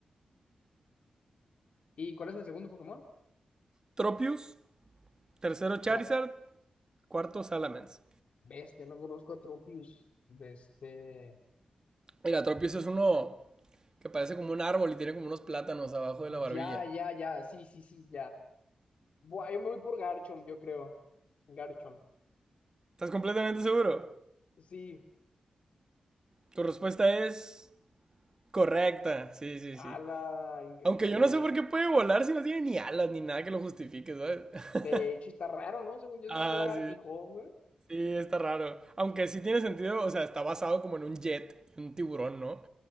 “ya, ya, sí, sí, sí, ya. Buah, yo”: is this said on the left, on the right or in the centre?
Left